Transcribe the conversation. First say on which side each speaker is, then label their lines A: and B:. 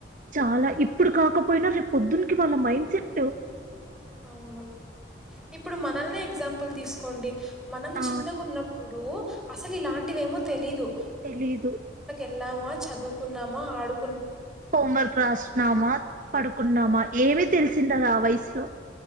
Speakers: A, on the right; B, in the centre.
A: చాలా ఇప్పుడు కాకపో పోయిన రేపు పొద్దునికి వాళ్ళ మైండ్ సెట్
B: అవును ఇప్పుడు మనల్నే ఎగ్జాంపుల్ తీసుకోండి మనం
A: ఆ!
B: చిన్నగా ఉన్నప్పుడు అసలు ఇలాంటివేమో తెలీదు
A: తెలీదు
B: వెళ్లామా చదువుకున్నామా ఆడు
A: హోం వర్క్ రాస్తున్నామా పడుకున్నామా ఏమి తెలిసింటది ఆ వయసులో